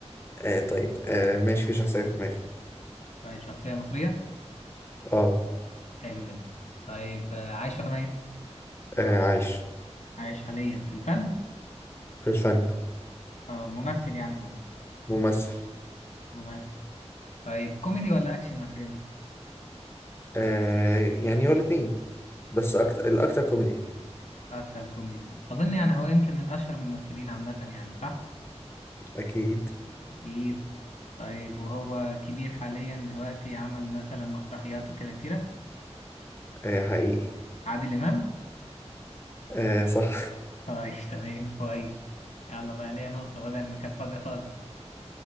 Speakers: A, on the left; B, on the left.
A: آه طيب آه ماشي في شخصية في دماغي
B: طيب شخصية مصرية
A: آه,
B: حلو جدا طيب آه، عايش ولا ميت
A: آه عايش
B: عايش حاليا في الفن
A: في الفن
B: اه ممثل يعني هو
A: ممثل
B: ممثل طيب كوميدي ولا اكشن من الحاجات دي
A: آه يعني هو الاتنين بس أكتر الأكتر كوميدي
B: اكتر كوميدي اظن يعني هو يمكن من اشهر الممثلين عامة يعني صح
A: أكيد
B: اكيد طيب وهو كبير حاليا دلوقتي عمل مثلا مسرحيات وكده كتيرة
A: آه حقيقي
B: عادل امام
A: آه صح
B: طيب تمام كويس يلا بقى ليا نقطة بدل ما كانت فاضية خالص